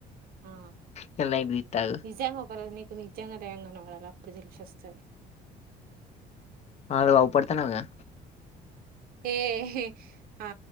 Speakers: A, on the right; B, on the left.
A: ఆ
B: ఇయాల నైట్ తీత్త ఆగు
A: నిజాంగా ఒక రోజు నీక్ నీకు నిజ్యంగా దయ్యం గానబడాలి అప్పుడు తెలిసొస్తది
B: ఆగ్ ఆవ్ పడితేనే కదా
A: ఏ ఏహే ఆ